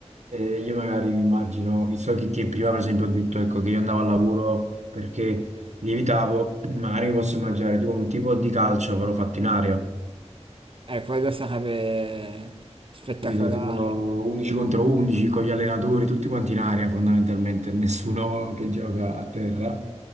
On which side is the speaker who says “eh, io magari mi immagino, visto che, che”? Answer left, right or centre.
Right